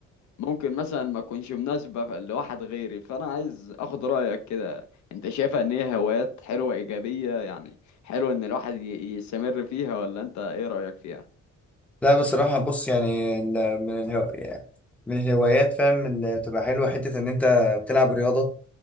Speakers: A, on the left (about 70°); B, in the centre.
A: ممكن مثلا ما تكونش مناسبة ف- لواحد غيري فانا عايز اخد رأيك كده انت شايفها ان هي هوايات حلوة ايجابية يعني حلو ان الواحد ي- يستمر فيها ولا انت ايه رأيك فيها
B: لا بصراحه بص يعني ال- من الهو... يعني من الهوايات فاهم اللي بتبقى حلوه حته ان انت بتلعب رياضه